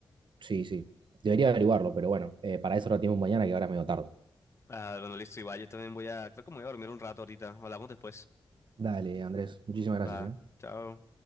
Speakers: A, on the right; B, on the left.
A: Sí, sí. Debería averiguarlo, pero bueno, eh, para eso lo tenemos mañana que ahora es medio tarde.
B: Ah, bueno, listo, Iván, yo también voy a, creo que me voy a dormir un rato ahorita. Hablamos después.
A: Dale, Andrés, muchísimas gracias,
B: Va,
A: ¿eh?
B: chao.